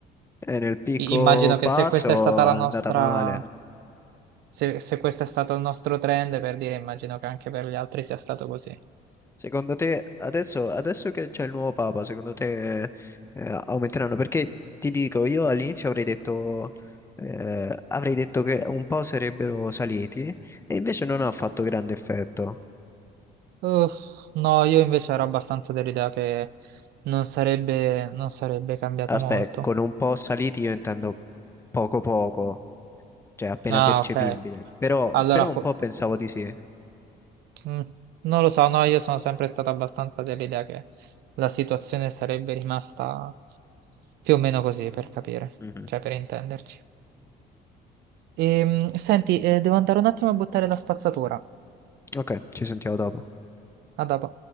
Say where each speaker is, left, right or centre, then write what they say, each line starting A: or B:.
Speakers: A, on the left; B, on the right.
A: E nel picco
B: i- Immagino
A: basso
B: che se questa è stata la
A: è
B: nostra,
A: andata male.
B: se, se questo è stato il nostro trend, per dire, immagino che anche per gli altri sia stato così.
A: Secondo te, adesso, adesso che c'è il nuovo Papa, secondo te eh, aumenteranno? Perché ti dico, io all'inizio avrei detto, eh, avrei detto che un po' sarebbero saliti e invece non ha fatto grande effetto.
B: Uff, no, io invece ero abbastanza dell'idea che non sarebbe, non sarebbe cambiato
A: Aspetta,
B: molto.
A: con un po' saliti io intendo poco poco, cioè appena
B: Ah,
A: percepibile,
B: ok.
A: però,
B: Allora,
A: però un
B: fo-
A: po' pensavo di sì.
B: mm, non lo so, no, io sono sempre stato abbastanza dell'idea che la situazione sarebbe rimasta più o meno così, per capire,
A: Mhm.
B: cioè per intenderci. Ehm, senti, eh, devo andare un attimo a buttare la spazzatura.
A: Ok, ci sentiamo dopo.
B: A dopo.